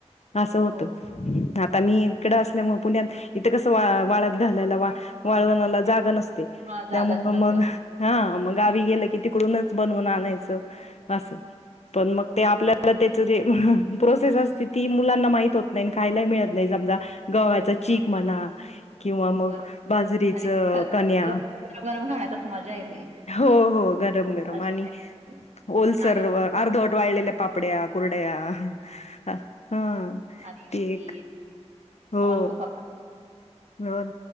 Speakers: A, on the left (about 70°); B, on the right (about 75°).
A: असं होतं,
B: हो हो
A: आता मी इकडं असल्यामुळे पुण्यात, इथे कसं वा वाळत घालायला वा वाळवणाला जागा नस स्ते
B: कोणाला जागाच
A: त्यामुळे
B: नसेल
A: मग, हा. मग गावी गेलं की तिकडूनच बनवून आणायचं असं, पण मग ते आपल्या ला त्याचं जे प्रोसेस असते ती मुलांना माहीत होत नाही खायलाही मिळत नाही समजा <unintelligible> चिक म्हणा, किंवा मग
B: बरोबर
A: बाजरीचं
B: आणि तिखट
A: कन्या
B: गरम <unintelligible>
A: हो हो गरम-गरम
B: अशा
A: आणि
B: काही
A: ओलसर
B: नागलीचं
A: व
B: पीठ
A: अर्धवट वाळलेल्या पापड्या कुर ड्या हां हं
B: नागलीचं
A: केक
B: पीठ
A: हो.
B: आम्हाला खूप
A: बर